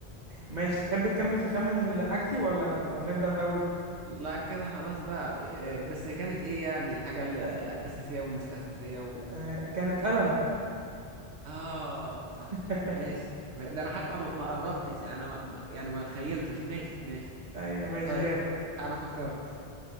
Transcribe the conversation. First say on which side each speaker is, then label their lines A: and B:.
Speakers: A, on the right; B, on the right.
A: ماشي تحب تكمل تخمن اللي حاجتي ولا ولا نبدأ من الأول
B: لا كده خلاص بقى آه، بس كانت ايه يعني الحاجة اللي
A: أه
B: أساسية ومش أساسية
A: أه كانت قلم
B: اه صح
A: <laughs>
B: ماشي ده انا حتى ما ما قربتش انا ما ما- يعني ما تخيلتش ماشي ماشي
A: ايوه ماشي
B: طيب
A: جامد
B: انا فكرت